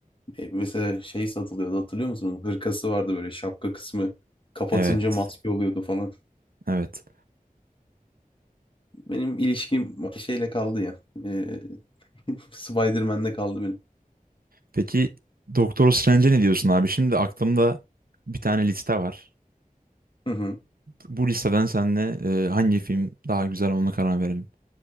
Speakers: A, on the left; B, on the right.
A: e, mesela şey satılıyordu hatırlıyor musun? Hırkası vardı böyle şapka kısmı kapatınca
B: Evet,
A: maske oluyordu falan.
B: evet.
A: Benim ilişkim şeyle kaldı ya. E, <laughs> Spider-Man'le kaldı benim.
B: Peki Doktor Strange'e ne diyorsun abi? Şimdi aklımda bir tane liste var.
A: Hı hı.
B: Bu listeden seninle e, hangi film daha güzel ona karar verelim.